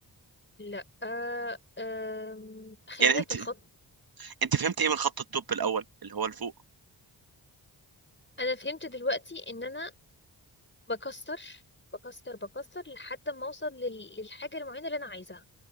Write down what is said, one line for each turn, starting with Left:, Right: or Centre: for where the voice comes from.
Left: لا آه... أم... خلينا
Right: يعني انت
Left: في الخط
Right: انت فهمت ايه من خط الدب الاول اللي هو لفوق
Left: انا فهمت دلوقتي ان انا بكسر بكسر بكسر لحد ما اوصل لل- للحاجه المعينه اللي انا عايزاها